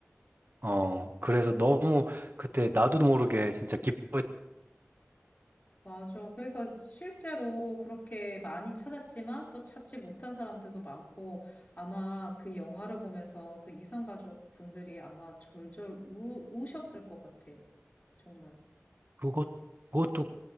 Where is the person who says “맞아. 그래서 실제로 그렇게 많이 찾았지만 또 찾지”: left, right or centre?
Left